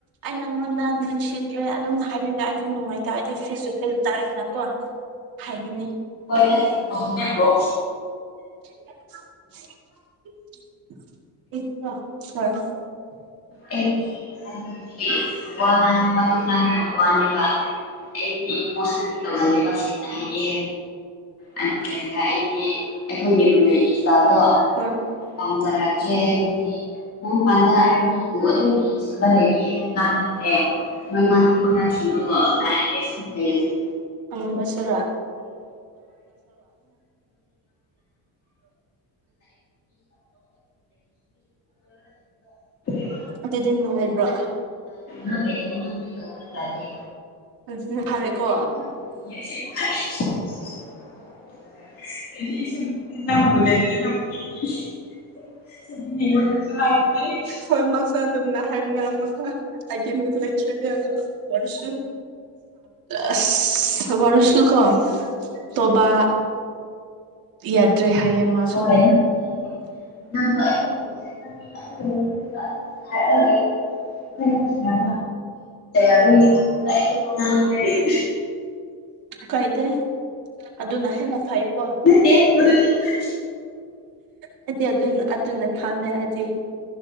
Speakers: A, on the right; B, on the left.
A: ꯑꯩ ꯅꯪꯉꯣꯟꯗ ꯅꯨꯡꯁꯤꯗ꯭ꯔꯦ ꯑꯗꯨꯝ ꯍꯥꯏꯕꯤꯕꯦ ꯑꯗꯨ ꯅꯨꯡꯉꯥꯏꯇꯔꯦ ꯑꯗꯨꯗꯤ ꯐꯦꯁ ꯇꯨ ꯐꯦꯁ ꯇꯥꯔꯛꯗꯅꯀꯣ ꯍꯥꯏꯈꯤꯅꯤ
B: ꯍꯣꯏꯗꯅꯤ ꯅꯝꯅꯦꯕꯣ
A: <unintelligible>
B: ꯑꯩꯗꯤ ꯍꯥꯏ ꯋꯥ ꯃꯇꯀꯨꯞ ꯉꯥꯡꯕꯗꯤ ꯋꯥꯅꯦꯕ ꯑꯩꯗꯤ ꯏꯣꯁꯇꯗꯤ ꯇꯧꯅꯤꯦꯕ ꯁꯅꯦ ꯍꯥꯏꯗꯤ ꯑꯗꯨ ꯑꯣꯏꯔꯒ ꯑꯩꯗꯤ ꯑꯩꯈꯣꯏꯒꯤ ꯔꯨꯝꯃꯦꯒꯤ ꯁ꯭ꯇꯥꯏꯜꯗꯣ
A: ꯍꯣꯏ
B: ꯄꯥꯝꯖꯔꯛꯇ꯭ꯔꯦ ꯍꯥꯏꯕꯗꯤ ꯃꯡ ꯄꯥꯟꯗ ꯑꯗꯨ ꯑꯗꯨꯝ ꯌꯦꯡ ꯁꯟꯕ ꯂꯩꯕꯒꯤ ꯑꯩ ꯑꯗꯨꯝ ꯉꯥꯡꯅꯤꯡꯗ꯭ꯔꯦ ꯃꯣꯏ ꯉꯥꯡꯅꯤꯡꯕ ꯉꯁꯤꯅꯨ ꯎꯝ ꯂꯩꯌꯦꯃꯦ
A: ꯍꯪꯕꯁꯤꯔꯣ
B: <inaudible>
A: ꯑꯗꯨꯗꯤ ꯅꯨꯡꯉꯥꯏꯕ꯭ꯔꯣ
B: ꯃꯨꯠ ꯂꯩꯇ꯭ꯔꯗꯤ ꯅꯪꯕꯨꯗꯤ ꯇꯧꯕ ꯌꯥꯗꯦ
A: ꯑꯗꯨꯗꯤ ꯐꯔꯦꯀꯣ
B: ꯌꯦ ꯁꯤꯟ ꯃꯥ ꯅ ꯃꯅꯨꯡ ꯑꯗꯨ ꯅꯜꯂꯤ ꯁꯤꯗꯨꯁꯨ ꯂꯁꯤ
A: ꯍꯣꯏ ꯃꯥꯁꯨ ꯑꯗꯨꯝꯅ ꯍꯥꯏꯕꯅꯦ ꯑꯥꯏꯇꯦꯝꯗꯨꯁꯨ ꯂꯩꯇ꯭ꯔꯦꯗꯤ ꯋꯥꯔꯁꯨ ꯑꯁ ꯋꯥꯔꯁꯨ ꯀꯣ ꯇꯣꯕꯥ ꯌꯥꯗ꯭ꯔꯦ ꯍꯥꯏꯌꯦ ꯃꯥꯁꯨ
B: ꯍꯣꯏ ꯅꯪ ꯍꯥꯏꯗꯤ ꯅꯪ ꯑꯩꯈꯣꯏꯔꯒ ꯂꯩ ꯑꯩꯈꯣꯏꯅ ꯑꯗꯨꯅꯤ ꯑꯩꯈꯣꯏ ꯋꯥ ꯉꯥꯡꯉꯥꯏ ꯂꯩ
A: ꯀꯥꯏꯗꯦ ꯑꯗꯨꯅ ꯍꯦꯟꯅ ꯐꯩꯀꯣ
B: ꯃꯗꯨ ꯊꯤꯀ
A: ꯍꯥꯏꯗꯤ ꯑꯗꯨ ꯑꯗꯨꯅ ꯐꯝꯃꯦ ꯍꯥꯏꯗꯤ